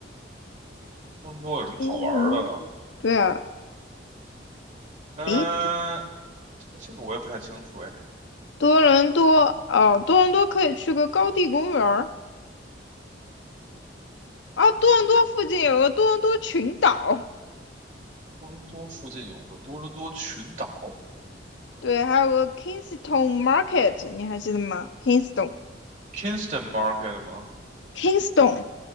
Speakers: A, on the right (about 40°); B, on the left (about 80°).
A: 多伦多有什么好玩儿的？
B: 多伦，对啊，
A: 嗯，
B: 诶，
A: 这这个我也不太清楚哎。
B: 多伦多哦，多伦多可以去个高地公园儿啊。多伦多附近有个多伦多群岛，
A: 多伦多附近有个多伦多群岛
B: 对，还有个 Kingston Market，你还记得吗？Kingston
A: ，Kingston Market 吗
B: Market，Kingston